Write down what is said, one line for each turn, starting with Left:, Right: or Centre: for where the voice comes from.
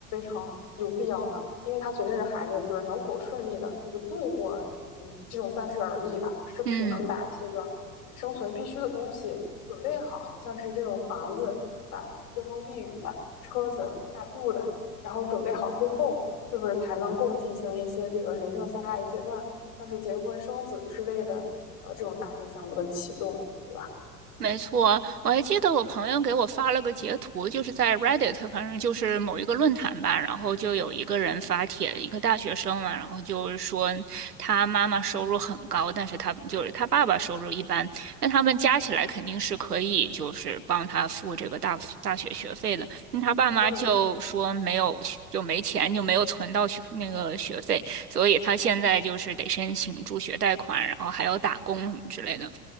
Left: 啊，有必要的，因为它决定着孩子就是能否顺利的，就是度过嗯这种三十而立吧，是不是能把这个生存必须的东西准备好，
Right: 嗯。
Left: 像是这种房子，对吧？遮风避雨的，车子代步的，然后准备好之后，是不是才能够进行一些这个人生下一阶段，像是结婚生子之类的，呃，这种大型项目的启动，对吧？
Right: 没错，我还记得我朋友给我发了个截图，就是在 Reddit，反正就是某一个论坛吧，然后就有一个人发帖，一个大学生嘛，然后就是说他妈妈收入很高，但是他就是他爸爸收入一般，那他们加起来肯定是可以就是帮他付这个大大学学费的。那他爸妈就说没有就没钱，
Left: 嗯
Right: 就没有存到学那个学费，所以他现在就是得申请助学贷款，然后还要打工什么之类的。